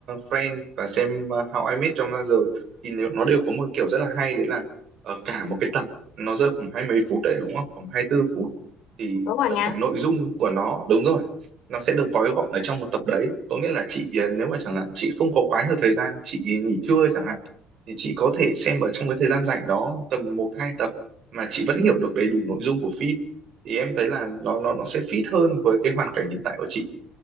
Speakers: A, on the right; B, on the left.
A: Friends và xem ờ, How I Met Your Mother thì nếu nó đều có một kiểu rất là hay đấy là ở cả một cái tập nó rơi khoảng hai mấy phút đấy đúng không? Khoảng 24 phút thì
B: đúng rồi
A: tất
B: ngắn
A: cả nội dung của nó đúng rồi. Nó sẽ được gói gọn ở trong một tập đấy. Có nghĩa là chị ờ, nếu mà chẳng hạn chị không có quá nhiều thời gian, chị nghỉ trưa chẳng hạn thì chị có thể xem ở trong cái thời gian rảnh đó tầm một hai tập mà chị vẫn hiểu được đầy đủ nội dung của phim thì em thấy là nó nó nó sẽ fit hơn với cái hoàn cảnh hiện tại của chị